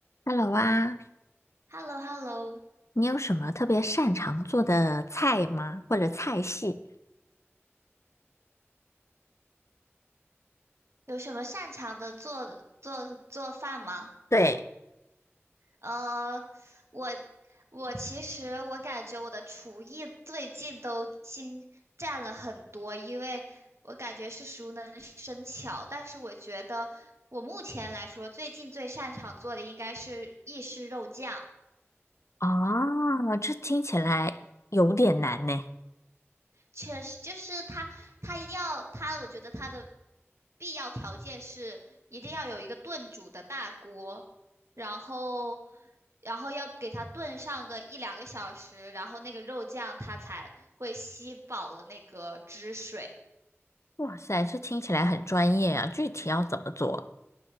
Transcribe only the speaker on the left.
Hello 啊，
你有什么特别擅长做的菜吗？或者菜系？
对，
哦，这听起来有点难呢。
哇塞，这听起来很专业啊，具体要怎么做？